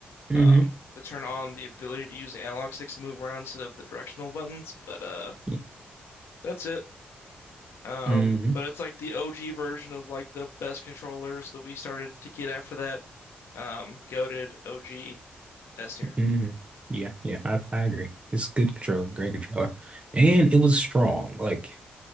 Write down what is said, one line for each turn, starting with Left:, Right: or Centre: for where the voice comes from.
Right: Mm-hmm.
Left: um, to turn on the ability to use the analog sticks to move around instead of the directional buttons. But uh,
Right: Yeah.
Left: that's it. Um,
Right: Mm-hmm.
Left: but it's like the OG version of like the best controllers that we started to get after that. Um, goated OG S tier.
Right: Mm-hmm. Yeah, yeah, I, I agree. It's good controller, great controller. And it was strong. Like